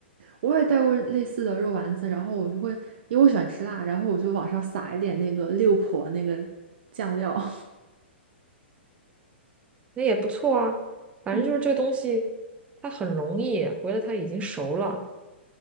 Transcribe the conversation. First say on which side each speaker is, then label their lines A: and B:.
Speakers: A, on the right; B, on the right.
A: 我也带过类似的肉丸子，然后我就会，因为我喜欢吃辣，然后我就往上撒一点那个六婆那个酱料。<laughs>
B: 那也不错啊。反正就是这个东西，
A: 嗯。
B: 它很容易，回来它已经熟了，